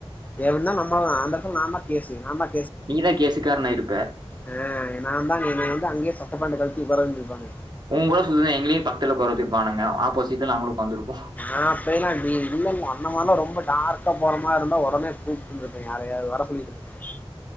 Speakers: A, on the left (about 15°); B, on the right (about 45°).
A: எதுனா நம்மதா அந்த எடத்துல நார்மலா பேசு நார்மலா
B: நீ தா கேசுக் காரணோ ஆய்ருப்ப
A: ஆ நா தா அங்க என்னய வந்து அங்கயே சட்ட பேண்ட்ட கல்ட்டி உக்கார வெச்சிருப்பாங்க
B: உங் கூட சுத்திர்ந்தா எங்களயு பக்த்துல உக்கார வெச்சிருப்பானுங்க ஆப்போசிட்ல நாங்ளு உக்காந்துருப்போ
A: ஆ போயிர்லான்டி இல்லல்ல அந்த மார்லா ரொம்ப டார்க்கா போற மார்ருந்தா ஒடனே கூப் ட்ருந்துருப்பே யாரயாவ்து வர சொல்லிருந்துருப்பே